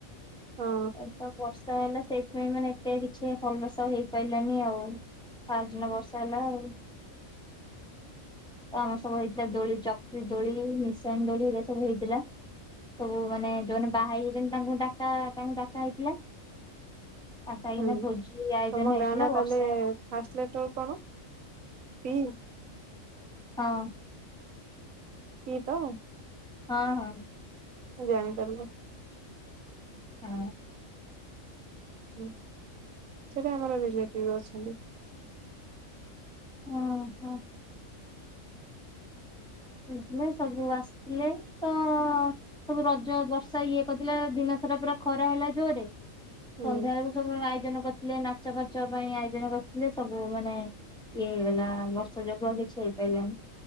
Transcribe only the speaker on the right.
ହଁ
ହୁଁ।
ତମ
ଗାଁ ନା
ତାହେଲେ ଫାସଲେଟର କଣ ପି?
ପି ତ?
ମୁଁ ଜାଣିପାରିଲି।
ହଁ ସେଟା ଆମର <unintelligible> ଅଛନ୍ତି।
ହୁଁ